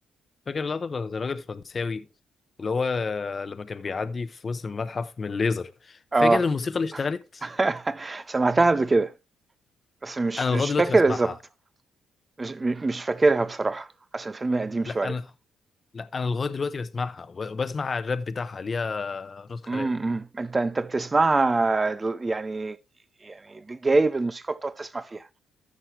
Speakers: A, on the left; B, on the right.
A: فاكر اللقطة بتاعت الراجل الفرنساوي اللي هو لما كان بيعدي في وسط المتحف من الليزر فاكر
B: آه.
A: الموسيقى اللي اشتغلت
B: <laughs> سمعتها قبل كده، بس مش
A: انا لغاية
B: مش
A: دلوقتي
B: فاكر
A: بسمعها
B: بالضبط. مش م مش فاكرها بصراحة، عشان فيلم قديم
A: لا
B: شوية.
A: انا لا انا لغاية دلوقتي بسمعها وب- وبسمع الراب بتاعها ليها نسخة
B: إمم،
A: راب
B: إمم. أنت أنت بتسمعها دل يعني يعني د جايب الموسيقى وبتقعد تسمع فيها.